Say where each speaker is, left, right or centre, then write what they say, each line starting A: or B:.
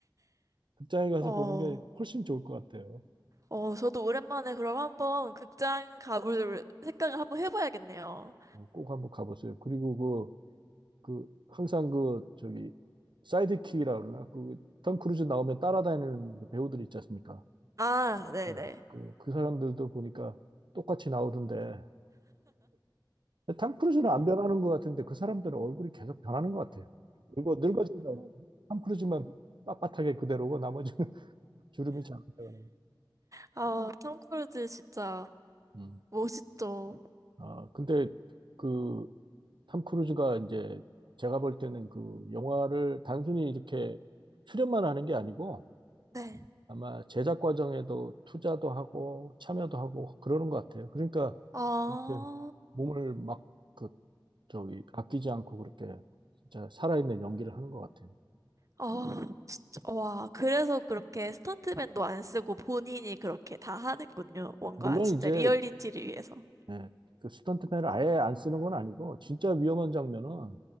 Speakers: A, on the right; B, on the right.
A: 극장에 가서
B: 어,
A: 보는 게 훨씬 좋을 것 같아요.
B: 어, 저도 오랜만에 그럼 한번 극장 가볼 생각을 한번 해봐야겠네요.
A: 어, 꼭 한번 가보세요. 그리고 그 그 항상 그 저기 사이드킥이라 그러나 그 톰 크루즈 나오면 따라다니는 그 배우들 있지 않습니까?
B: 아, 네네.
A: 예, 그, 그 사람들도 보니까 똑같이 나오던데, 탐 크루즈는 안 변하는 것 같은데, 그 사람들은 얼굴이 계속 변하는 것 같아요. 늙어, 늙어진다. 그탐 크루즈만 빳빳하게 그대로고, 나머지는 <laughs> 주름이 잘안 들어가는.
B: 아, 톰 크루즈 진짜
A: 거. 음.
B: 멋있죠.
A: 아, 근데 그, 탐 크루즈가 이제, 제가 볼 때는 그 영화를 단순히 이렇게 출연만 하는 게 아니고,
B: 네.
A: 아마 제작 과정에도 투자도 하고 참여도 하고 그러는 것 같아요. 그러니까
B: 아,
A: 이렇게 몸을 막 그 저기 아끼지 않고 그렇게 진짜 살아있는 연기를 하는 것 같아요.
B: 아, 진짜, 와. 그래서 그렇게 스턴트맨도 안 쓰고 본인이 그렇게 다 하는군요. 뭔가
A: 물론
B: 진짜
A: 이제
B: 리얼리티를 위해서.
A: 예, 그 스턴트맨을 아예 안 쓰는 건 아니고 진짜 위험한 장면은